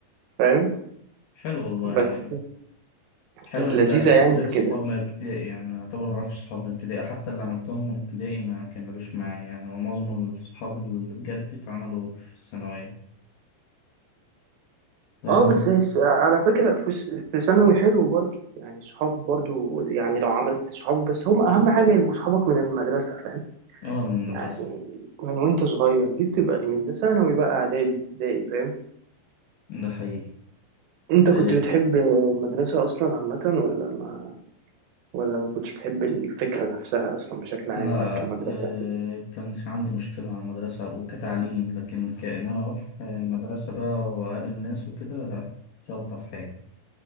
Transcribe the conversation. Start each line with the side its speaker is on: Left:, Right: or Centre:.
Right: فاهم
Left: حلو والله يعني
Right: بس
Left: حلو
Right: كانت
Left: ان انت
Right: لذيذة يعني
Left: ليك
Right: في
Left: صحاب
Right: كده
Left: من ابتدائي يعني يعتبر ما عرفتش صحاب من ابتدائي حتى اللي عملتهم من ابتدائي ما كملوش معايا يعني ومعظم الصحاب اللي بجد اتعملوا في الثانوية فاهم
Right: اه بس س- على فكرة في س- في ثانوي حلو برضه يعني صحاب برضه يعني لو عملت صحاب بس هم أهم حاجة يبقوا صحابك من المدرسة فاهم
Left: اه من
Right: يعني
Left: المدرسة
Right: من وأنت صغير دي بتبقى الميزة ثانوي بقى إعدادي ابتدائي فاهم
Left: ده حقيقي
Right: أنت كنت
Left: آه،
Right: بتحب المدرسة أصلا عامة ولا ما ولا ما كنتش بتحب الفكرة نفسها أصلا بشكل عام
Left: لا
Right: بقى كمدرسة
Left: آه،
Right: كده
Left: كانش عندي مشكلة مع المدرسة أو كتعليم لكن كأنما أروح آه، مدرسة بقى وأقابل ناس وكده لا مش ألطف حاجة